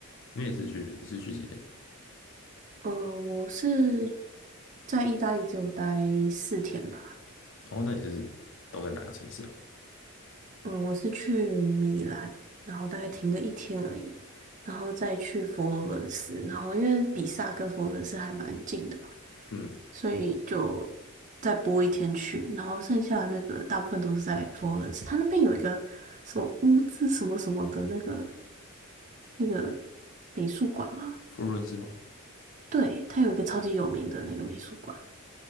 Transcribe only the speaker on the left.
你也是去，你是去几天？
哦，那你是都在哪个城市啊？
嗯，
佛罗伦斯吗？